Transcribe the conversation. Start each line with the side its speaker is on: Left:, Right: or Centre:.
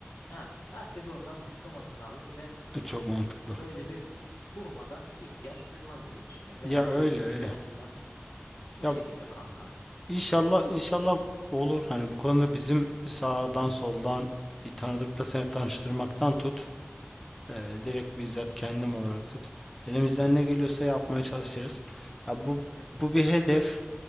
Left: Ha, herkes oradan diplomasını alır ve
Centre: E, Çok mantıklı.
Left: böyle bir kuruma da ihtiyaç duymaz diye düşünüyorum. Yani
Centre: Ya
Left: böyle
Centre: öyle
Left: bir
Centre: öyle.
Left: idealim var. O
Centre: Ya
Left: şekilde kankam.
Centre: İnşallah inşallah olur. Hani bu konuda bizim sağdan soldan bir tanıdıkla seni tanıştırmaktan tut. eee, direkt bizzat kendim olarak tut. Elimizden ne geliyorsa yapmaya çalışırız. Ya bu
Left: Hı hı,
Centre: bu bir hedef.